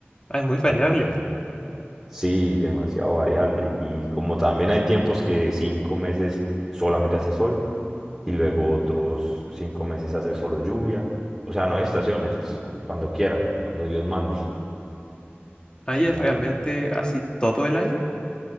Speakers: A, on the left (about 20°); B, in the centre.
A: Ah, es muy variable.
B: prácticamente. Sí, demasiado variable. Y como también hay tiempos que cinco meses solamente hace sol y luego otros cinco meses hace solo lluvia, o sea, no hay estaciones, es cu- cuando quiera, cuando Dios mande, <laughs>
A: ¿Allá
B: ¿ya?
A: es realmente así todo el año?